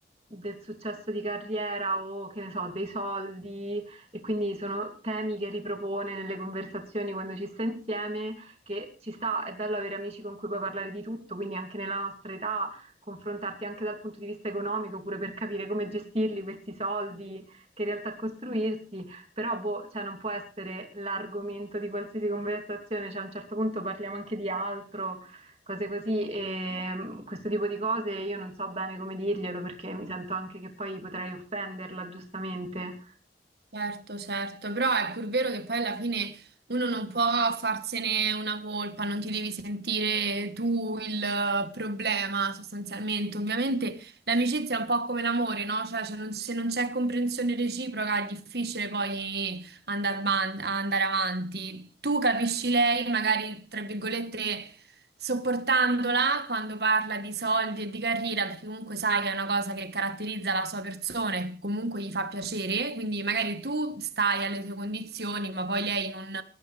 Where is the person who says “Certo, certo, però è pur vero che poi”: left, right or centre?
Right